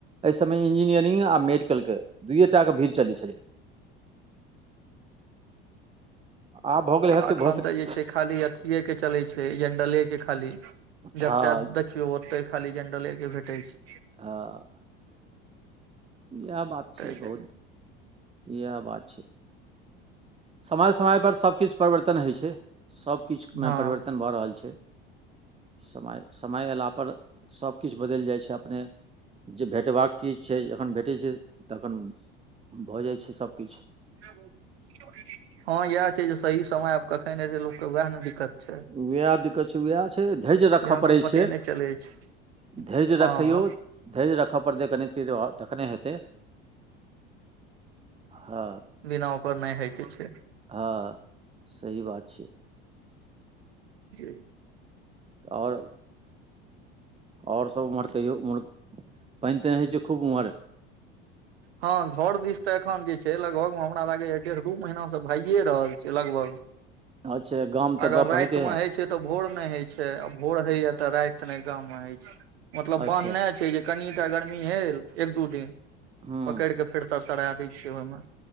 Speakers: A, on the right; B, on the right.
A: एहि सभमे इंजीनियरिंग आ मेडिकलके दुइए टाके भीड़ चलै छल आब भऽ गेलै
B: आ
A: हेतै
B: एखन
A: भऽ सकै
B: तऽ जे छ खाली अथे के चले छै जडले के खाली
A: हँ
B: जते दे ओते खाली जंडले के भेटै छ
A: हँ इएह बात
B: ताहि
A: छै
B: लेल
A: बहु इएह बात छ समय समयपर सभकिछु परिवर्तन होइ छै सभकिछुमे
B: हँ
A: परिवर्तन भऽ रहल छ समय समय अयलापर सभकिछु बदलि जाइ छै अपन जे भेटबाक चीज छै जखन भेटै छै तखन भऽ जाइ छै सबकिछ
B: हँ इएह छै जे सही समय आब कखन एतै लोकके उएह ने दिक्कत छ
A: वएह दिक्कत छै वएह छै धैर्य रखऽ
B: अहाँके
A: पड़ै
B: पते
A: छै
B: नहि चलै छै
A: धैर्य
B: हँ
A: रखै धेर्य रखय पड़तै कनी ती तखने हेतै ह
B: बिना ओकर नहि होय के छ
A: हँ सही बात छ
B: ज
A: आओर आओर सभ उम्हर कहियो ओम्हर पानि तानि होइत छै खूब ओम्ह
B: हँ घर दिस तऽ एखन जे छै लगभग मे हमरा लागैय डेढ़ दू महीना से भइे रहल छै लगभ
A: अच्छा गाम तऽ
B: अगर
A: गप्प
B: रातिमे
A: होइते हैत
B: होइ छै त तऽ भोर नहि होइ छै आ भोर होइया तऽ राति ने गाम मे होइ छै मतलब
A: अच्छा
B: बान्हने छै ज कनिटा गर्मी भेल एक दू दि
A: हँ
B: पकड़ि कऽ फेर तरतराा दै छियै ओहिम